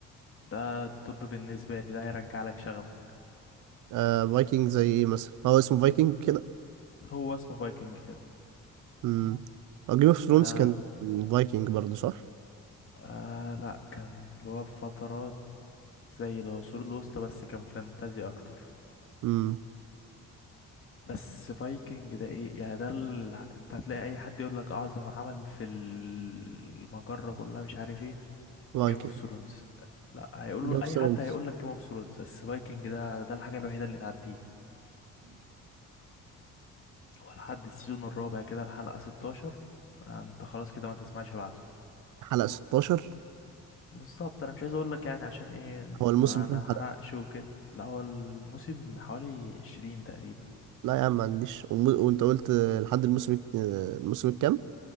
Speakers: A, on the left (about 45°); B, on the right (about 80°).
A: ده الطب بالنسبة لي ده هيرجع لك شغفك
B: آه فايكنج زي إيه مثلا هو اسمه فايكنج كده
A: هو اسمه فايكنج كده
B: امم جيم اوف ثرونز
A: ده
B: كان فايكنج برضه صح؟
A: آه لا كان اللي هو في فترات زي العصور الوسطى بس كان فانتازي اكتر
B: امم
A: بس فايكنج ده ايه يعني ده ال... انت هتلاقي اي حد يقول لك اعظم عمل في ال- المجرة كلها مش عارف ايه
B: فايكنج
A: جيم اوف ثرونز لا هيقولوا
B: جيم اوف
A: اي
B: ثرونز
A: حد هيقول لك جيم اوف ثرونز بس فايكنج ده ده الحاجة الوحيدة اللي تعديه هو لحد السيزون الرابع كده الحلقة 16 انت خلاص كده ما تسمعش بعده
B: حلقة 16
A: بالظبط انا مش عايز اقول لك يعني عشان ايه
B: هو الموسم
A: ما
B: كام
A: ما حرقش
B: حلقة؟
A: وكده لا هو الموسم حوالي 20 تقريبا
B: لا يا عم ما عنديش وم... وانت قلت لحد الموسم الت- الموسم الكام؟